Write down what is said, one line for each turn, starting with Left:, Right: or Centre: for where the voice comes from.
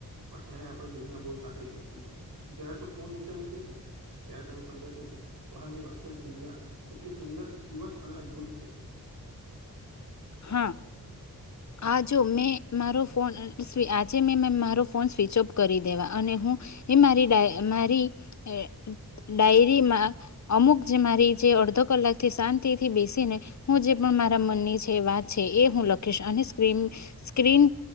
Right: પણ એને આપણે દુનિયા બહુ સાંકળ કરતી દી છે જયારે તું ફોન નીચે મૂકીશ ને ત્યારે તને સમજા શકે બહારની વાસ્તવિક દુનિયા કેટલી સુંદર જીવંત અને અદ્ભુત છે
Left: હા હા જો મે મારો ફોન આજે મે મારો ફોન સ્વિચ ઓફ કરી દેવા અને હું એ મારી ડાય મારી અ ડાયરીમાં અમુક જે મારી જે અડધો કલાક થી શાંતિ થી બેસી ને હું જે પણ મારા મનની છે વાત છે એ હું લખીશ અને સ્ક્રીન સ્ક્રીન